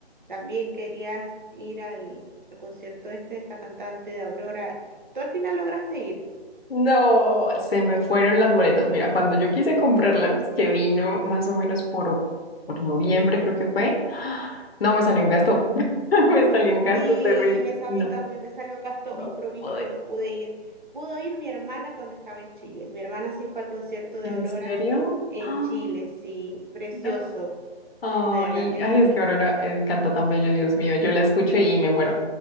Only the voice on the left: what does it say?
No, se me fueron las boletas. Mira, cuando yo quise comprarlas, que vino más o menos por, oc- por noviembre, creo que fue, <gasps> no, me salió un gasto. <laughs> Me salió un gasto
terrible.
No,
no
pude.
¿En
serio?
Ah,
No. Ay,
ay,
es que Aurora eh, canta tan bello, Dios mío. Yo la escucho y me muero.